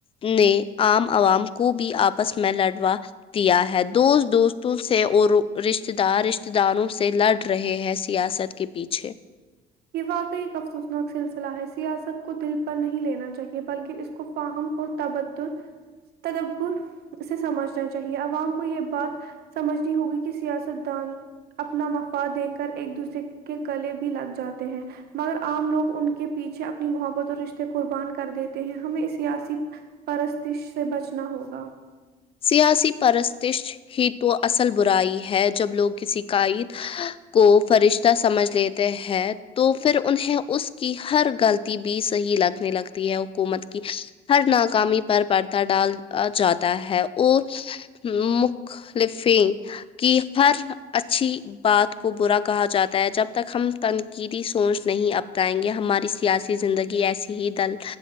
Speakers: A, on the left; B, on the right.
A: نے عام عوام کو بھی آپس میں لڑوا دیا ہے دوست دوستوں سے اور رشتے دار رشتے داروں سے لڑ رہے ہیں سیاست کے پیچھے
B: یہ واقع ایک افسوسناک سلسلہ ہے سیاست کو دل پر نہیں لینا چاہیے بلکہ اس کو فاہم اور تبدور تدور سے سمجھنا چاہیے عوام کو یہ بات سمجھنی ہوگی کہ سیاست دان اپنا مفاد دے کر ایک دوسرے کے گلے بھی لگ جاتے ہیں مگر عام لوگ ان کے پیچھے اپنی محبت اور رشتے قربان کر دیتے ہیں ہمیں سیاسی پرستش سے بچنا ہوگا
A: سیاسی پرستش ہی تو اصل برائی ہے جب لوگ کسی کاائید کو فرشتہ سمجھ لیتے ہیں تو فر انہیں اس کی ہر غلط ی بھی صحیح لگنے لگتی ہے حکومت کی ہر ناکامی پر پرتا ڈال ا جاتا ہے اور مخلفیں کی ہر اچھی بات کو برا کہا جاتا ہے جب تک ہم تنقیدی سوچ نہیں اپتائیں گے ہماری سیاسی زندگی ایسی ہی دل